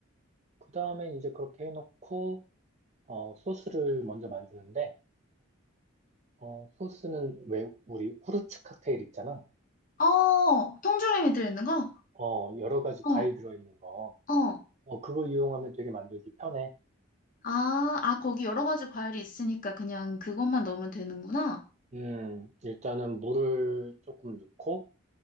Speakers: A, on the right; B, on the left.
A: 그 다음엔 이제 그렇게 해놓고, 어, 소스를 먼저 만드는데, 어, 소스는 왜, 우리 후르츠 칵테일 있잖아.
B: 어, 통조림이 들어있는 거?
A: 어, 여러 가지 과일
B: 어,
A: 들어있는 거.
B: 어,
A: 어, 그거 이용하면 되게 만들기 편해.
B: 아, 아, 거기 여러 가지 과일이 있으니까 그냥 그것만 넣으면 되는구나.
A: 음, 일단은 물을 조금 넣고,